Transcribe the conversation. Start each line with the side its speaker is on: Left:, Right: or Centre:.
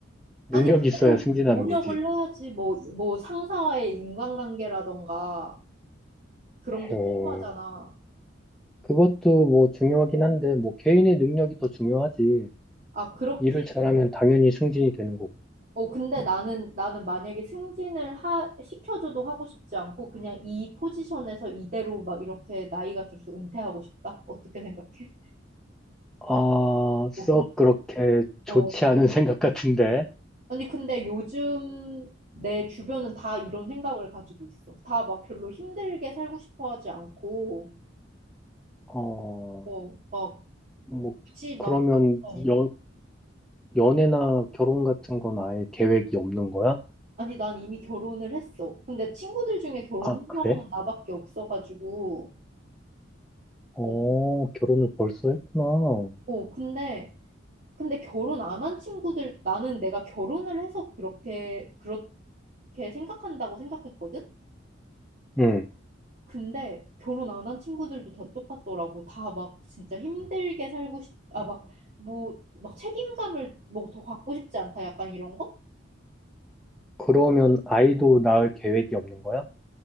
Centre: 능력이
Right: 아니, 그래도
Centre: 있어야 승진하는
Right: 노력을
Centre: 거지.
Right: 해야지. 뭐, 뭐 상사와의 인간관계라던가 그런 게
Centre: 어,
Right: 필요하잖아.
Centre: 그것도 뭐 중요하긴 한데, 뭐 개인의 능력이 더 중요하지.
Right: 아, 그렇,
Centre: 일을 잘하면 당연히 승진이 되는 거고.
Right: 어, 근데 나는, 나는 만약에 승진을 하, 시켜줘도 하고 싶지 않고, 그냥 이 포지션에서 이대로 막 이렇게 나이가 들어서 은퇴하고 싶다? 어떻게 생각해?
Centre: 아, 썩
Right: 어, 공-
Centre: 그렇게 좋지
Right: 어.
Centre: 않은 <laughs> 생각 같은데.
Right: 아니, 근데 요즘 내 주변은 다 이런 생각을 가지고 있어. 다 막 별로 힘들게 살고 싶어 하지 않고,
Centre: 어,
Right: 어, 막,
Centre: 뭐,
Right: 굳이 막,
Centre: 그러면
Right: 어.
Centre: 연, 연애나 결혼 같은 건 아예 계획이 없는 거야?
Right: 아니, 난 이미 결혼을 했어. 근데 친구들 중에 결혼한
Centre: 아, 그래?
Right: 사람은 나밖에 없어가지고,
Centre: 어,
Right: 어,
Centre: 결혼을 벌써 했구나.
Right: 어, 근데, 근데 결혼 안 한 친구들, 나는 내가 결혼을 해서 그렇게, 그렇게 생각한다고 생각했거든?
Centre: 응.
Right: 근데 결혼 안 한 친구들도 다 똑같더라고. 다 막 진짜 힘들게 살고 싶, 아, 막, 뭐, 막 책임감을 뭐 더 갖고 싶지 않다. 약간 이런 거?
Centre: 그러면 아이도 낳을 계획이 없는 거야?